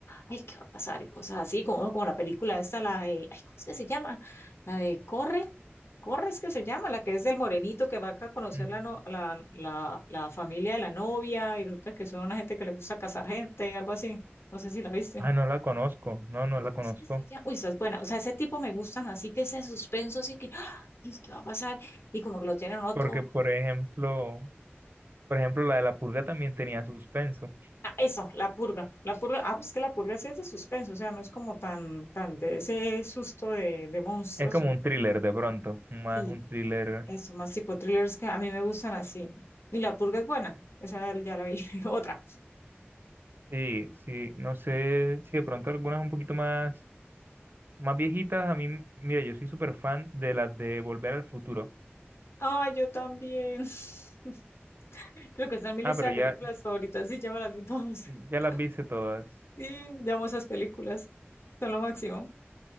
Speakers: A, on the left; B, on the right.
A: ay, ¿qué va a pasar? Y cosas así, como, como la película esta, la de, ay, ¿cómo es que se llama? La de Corre. Corre es que se llama, la que es del morenito que va acá a conocer
B: Mm.
A: la, no- la, la, la familia de la novia y resulta que son una gente que le gusta casar gente, algo así. No sé si la viste.
B: Ah, no la conozco. No, no
A: Ay,
B: la
A: ¿Cómo
B: conozco.
A: es que se llama? Uy, esa es buena. O sea, ese tipo me gustan, así que ese suspenso, así que, ¡ah! ¿Y qué va a pasar? Y como que lo tienen uno
B: Porque,
A: todo.
B: por ejemplo, por ejemplo, la de La Purga también tenía suspenso.
A: Ah, eso, La Purga. La Purga, ah, pues que La Purga sí es de suspenso, o sea, no es como tan, tan de ese susto de, de monstruos,
B: Es como
A: sino
B: un thriller de pronto, más
A: Sí.
B: un thriller.
A: eso, más tipo thrillers que a mí me gustan así. Y La Purga es buena, esa ya la vi. <laughs> Otra.
B: Sí, sí, no sé si de pronto algunas un poquito más, más viejitas. A mí, mira, yo soy súper fan de las de Volver al Futuro.
A: Ay, yo también. <laughs> Creo que está en mi lista
B: Ah, pero
A: de
B: ya,
A: películas favoritas, sí, ya me las vi todas.
B: ya
A: <laughs>
B: las viste todas.
A: Sí, llamo esas películas, son lo máximo.